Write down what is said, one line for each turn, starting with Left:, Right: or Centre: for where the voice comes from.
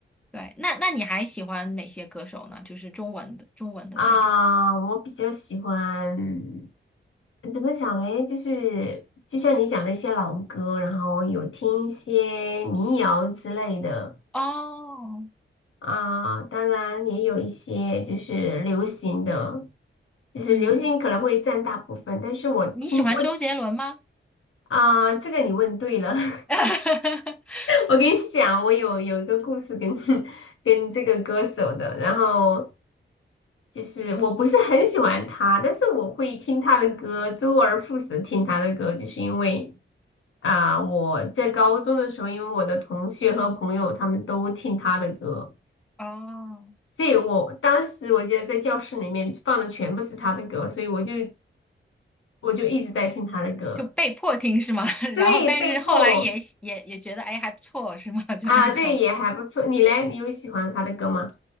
Centre: 对，那那你还喜欢哪些歌手呢？就是中文的中文的这种。
Left: 啊，我比较喜欢，怎么讲嘞？就是就像你讲的一些老歌，然后有听一些民谣之类的
Centre: 哦，
Left: 啊，当然也有一些就是流行的，就是流行可能会占大部分，
Centre: 嗯，
Left: 但是我听我
Centre: 你喜欢周杰伦吗？
Left: 啊，这个你问对了，<laughs>
Centre: <laughs>
Left: 我跟你讲，我有有一个故事跟 <laughs> 跟这个歌手的，然后。就是我不是很喜欢他，但是我会听他的歌，周而复始地听他的歌，就是因为啊、我在高中的时候，因为我的同学和朋友他们都听他的歌，
Centre: 哦，
Left: 所以我当时我记得在教室里面放的全部是他的歌，所以我就我就一直在听他的歌，
Centre: 就被迫听是吗？<laughs>
Left: 对，
Centre: 然后但是后来也喜也也觉得哎还不错是吗？
Left: 被迫
Centre: <laughs> 就那种。
Left: 啊，对，也还不错。你嘞，你有喜欢他的歌吗？